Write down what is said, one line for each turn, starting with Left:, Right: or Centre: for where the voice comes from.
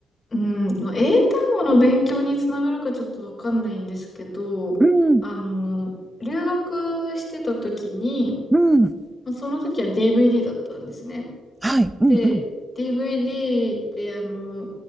Left: うん、まあ英単語の勉強につながるかちょっとわかんないんですけど、
Right: うん。
Left: あの、留学してた時に、
Right: うん。
Left: まあ、その時は DVD だったんですね。
Right: はい。うんうん。
Left: で、DVD ってあの、